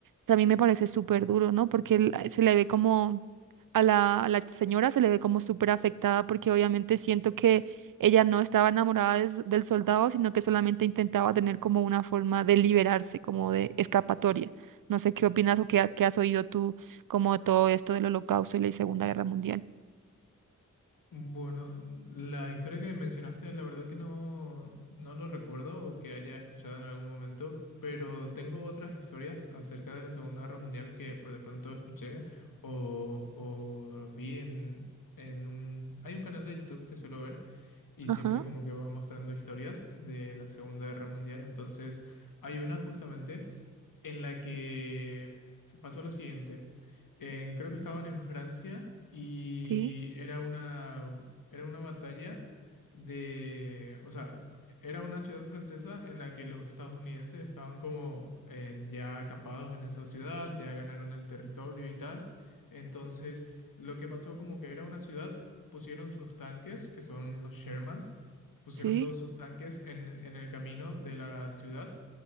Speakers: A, on the right; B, on the left.
A: También me parece súper duro, ¿no? Porque él, eh, se le ve como... A la, a la señora se le ve como súper afectada porque obviamente siento que ella no estaba enamorada de su- del soldado, sino que solamente intentaba tener como una forma de liberarse, como de escapatoria. No sé qué opinas o qué, ha- qué has oído tú como de todo esto del Holocausto y la Segunda Guerra Mundial.
B: Bueno, n- la historia que mencionaste, la verdad que no, no lo recuerdo o que haya escuchado en algún momento, pero tengo otras historias acerca de la Segunda Guerra Mundial que por de pronto escuché o, o vi en, en un... Hay un canal de YouTube que suelo ver y
A: Ajá,
B: siempre como que va mostrando historias de la Segunda Guerra Mundial, entonces hay una justamente en la que pasó lo siguiente. En- creo que estaban en Francia y
A: sí,
B: era una, era una batalla de... O sea, era una ciudad francesa en la que los estadounidenses estaban como eh, ya acampados en esa ciudad, ya ganaron el territorio y tal. Entonces, lo que pasó como que era una ciudad, pusieron sus tanques, que son los Shermans, pusieron
A: sí,
B: todos sus tanques en en el camino de la ciudad